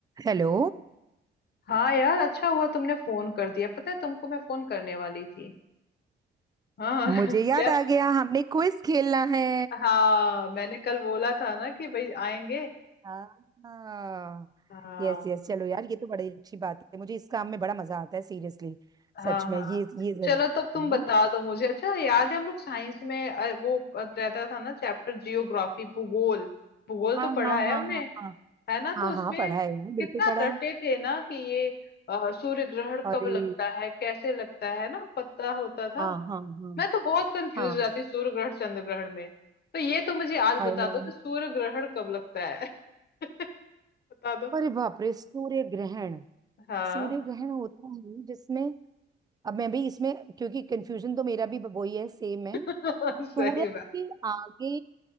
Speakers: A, on the right; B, on the left.
A: हेलो
B: हाँ यार अच्छा हुआ तुमने फोन कर दिया पता है तुमको मैं फोन करने वाली थी हाँ
A: मुझे
B: <laughs>
A: याद
B: यार
A: आ गया हमने क्विज खेलना है
B: हाँ मैंने कल बोला था ना कि भाई आएंगे
A: हाँ
B: हाँ
A: यस यस चलो यार ये तो बड़ी अच्छी बात है मुझे इस काम में बड़ा मजा आता है सीरियसली
B: हाँ
A: सच
B: हाँ
A: में ये ये जरूर
B: चलो तब तुम
A: है।
B: बता दो मुझे अच्छा याद है हम लोग साइंस में अ, वो अ, रहता था ना चैप्टर जियोग्राफी भूगोल भूगोल
A: हाँ
B: तो पढ़ा
A: हाँ
B: है
A: हाँ
B: हमने
A: हाँ हाँ
B: है ना
A: हाँ
B: तो उसमें
A: हाँ पढ़ा है यार बिल्कुल
B: कितना
A: पढ़ा
B: रटे
A: है
B: थे ना कि ये अ, सूर्य ग्रहण
A: अरे
B: कब लगता है कैसे लगता है ना पता होता था
A: हाँ हाँ हाँ
B: मैं तो बहुत कंफ्यूज
A: हाँ
B: हो जाती हूँ सूर्य ग्रहण चंद्र ग्रहण में तो ये तो मुझे आज बता
A: I know
B: दो कि सूर्य ग्रहण कब लगता है <laughs> बता दो
A: अरे बाप रे सूर्य ग्रहण
B: हाँ
A: सूर्य ग्रहण होता है जिसमें अब मैं भी इसमें क्योंकि कंफ्यूजन तो मेरा भी वही है सेम है
B: <laughs>
A: सूरज
B: सही बात
A: के आगे